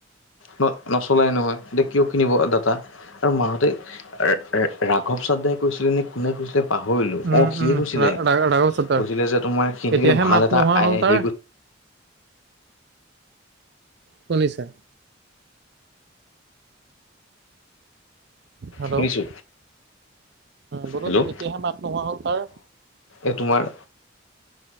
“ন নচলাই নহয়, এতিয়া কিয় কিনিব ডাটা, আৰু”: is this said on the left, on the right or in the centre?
Left